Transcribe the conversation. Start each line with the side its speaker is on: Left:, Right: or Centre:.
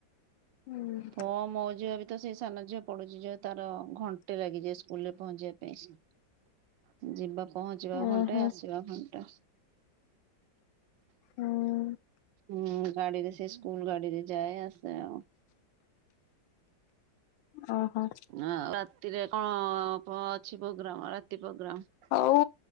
Left: ହୁଁ।
Right: ହଁ ମୋ ଝିଅ ବି ତ ସେଇ ସାାନ ଝିଅ ପଡୁଛି ଯୋଉ ତାର ଘଣ୍ଟେ ଲାଗିଯାଏ ସ୍କୁଲରେ ପହଞ୍ଚିବା ପାଇଁ। ଯିବା ପହଞ୍ଚିବା
Left: ଓହୋ
Right: ଘଣ୍ଟାଏ ଆସିବା ଘଣ୍ଟା।
Left: ହୁଁ
Right: ହୁଁ ଗାଡିରେ ସେ ସ୍କୁଲ ଗାଡିରେ ଯାଏ ଆସେ ଆଉ
Left: ଓହୋ
Right: ଆ ରାତିରେ କଣ ଅଛି ପ୍ରୋଗ୍ରାମ ରାତି ପ୍ରୋଗ୍ରାମ
Left: ହଉ